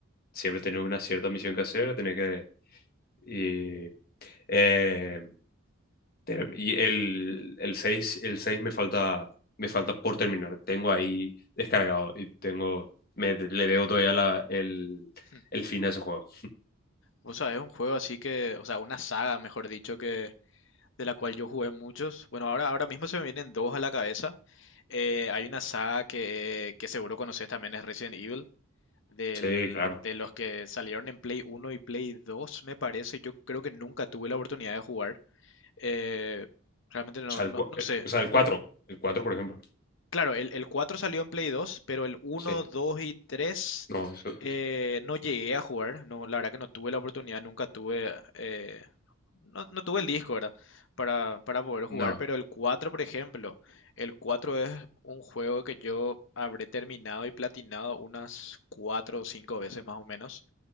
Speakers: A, on the left; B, on the left.
A: siempre tener una cierta misión que hacer, tener que... Y, eh, Ter- Y el, el seis el 6 me falta, me falta por terminar. Tengo ahí descargado y tengo, me, le debo todavía la, el,
B: Hmm.
A: el fin a ese juego.
B: Vos sabés, un juego así que, o sea, una saga, mejor dicho, que, de la cual yo jugué muchos. Bueno, ahora, ahora mismo se me vienen dos a la cabeza. Eh, hay una saga que, eh, que seguro conoces también, es Resident Evil, del-
A: Sí, claro.
B: de
A: O
B: los que salieron en Play 1 y Play 2, me parece. Yo creo que nunca tuve la oportunidad de jugar. Eh, realmente no,
A: sea,
B: no,
A: el, cua-
B: no
A: eh,
B: sé,
A: o sea, el
B: nun-
A: cuatro El 4, por ejemplo.
B: Claro, el, el 4 salió en Play 2, pero el uno,
A: Sí.
B: 2 y 3
A: No, eso-
B: eh, no llegué a jugar. No, la verdad que no tuve la oportunidad, nunca tuve, eh, no, no tuve el disco, ¿verdad? Para, para poder jugar,
A: no.
B: pero el 4, por ejemplo, el 4 es un juego que yo habré terminado y platinado unas 4 o 5 veces más o menos.